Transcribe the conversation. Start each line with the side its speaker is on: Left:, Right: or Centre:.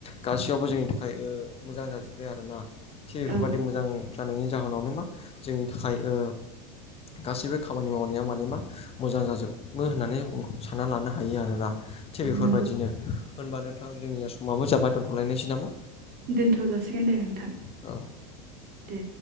Left: गासैयावबो जोंनि थाखाय ओ मोजां जाजोब्बाय आरोना थि बेफोरबायदि
Right: औ औ
Left: मोजां जानायनि जाहोनावनो मा जोंनि थाखाय ओ गासैबो खामानि मावनाया माने मा मोजां जाजोबो होननानै ह सानना लानो हायो आरोना। थिग बेफोरबायदिनो
Right: नंगौ
Left: होनबा नोंथां जोंनिया समाबो जाबाय दोनथ'लायनोसै नामा?
Right: दोनथ' जासिगोन दे नोंथां।
Left: औ।
Right: दे